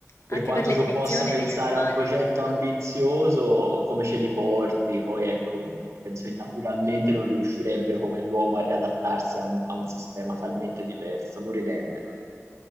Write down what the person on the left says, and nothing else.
Anche
per le
dimensioni
degli animali.